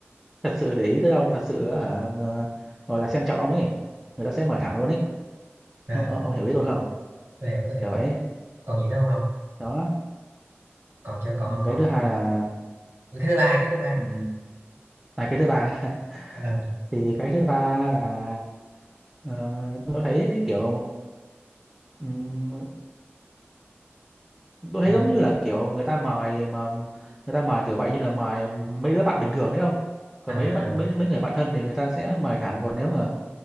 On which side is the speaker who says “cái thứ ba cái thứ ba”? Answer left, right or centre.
Right